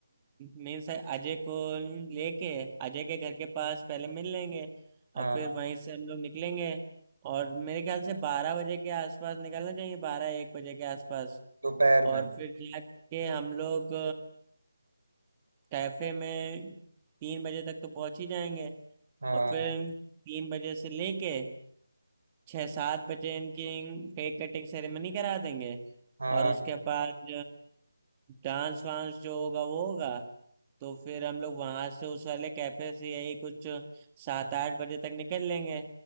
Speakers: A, on the right; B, on the right.
A: मीन्स अजय को लेके अजय के घर के पास पहले मिल लेंगे
B: हाँ
A: और फिर वहीं से हम लोग निकलेंगे और मेरे ख्याल से बारह बजे के आसपास निकलना चाहिए बारह एक बजे के आसपास
B: दोपहर
A: और
B: में
A: फिर जाके हम लोग कैफे में तीन बजे तक तो पहुंच ही जाएंगे
B: हाँ
A: और फिर तीन बजे से लेके छः सात बजे इनकी केक कटिंग सेरेमनी करा देंगे
B: हाँ
A: और उसके बाद डांस वांस जो होगा वो होगा तो फिर हम लोग वहां से उस वाले कैफे से यही कुछ सात आठ बजे तक निकल लेंगे